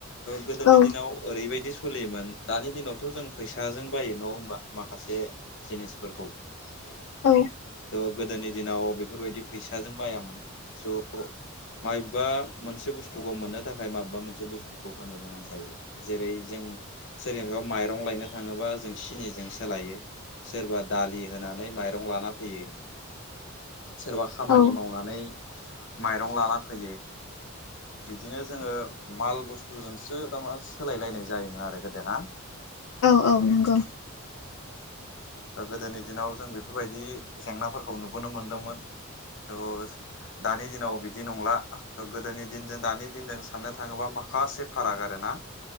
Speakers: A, on the left; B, on the left.
A: गोदोनि
B: औ
A: दिनाव ओरैबायदि सोलियोमोन दानि दिनाव थ' जों फैसाजों बायो न' होमबा माखासे जिनिसफोरखौ द
B: औ
A: गो गोदोनि दिनाव बेफोरबायदि फैसाजों बायामोन स' माबेबा मोनसे बुस्थुखौ मोननो थाखाय माबेबा मोनसे बुस्थुखौ होनो गोनां जायो जेरै जों जेनेबा माइरं लायनो थाङोबा जों सिनिजों सोलायो सोरबा दालि होनानै माइरं लाना फैयो सोरबा खामानि
B: औ
A: मावनानै माइरं लाना फैयो बिदिनो जोङो माल बुस्थुजोंसो थारमा सोलायलायनाय जायोमोन आरो गोदा
B: औ औ नंगौ
A: दा गोदोनि दिनाव जों बेफोरबायदि जेंनाफोरखौ नुबोनो मोनदोंमोन द'स दानि दिनाव बिदि नंला थ' गोदोनि दिनजों दानि दिनजों साननो थाङोब्ला माखासे फाराग आर ना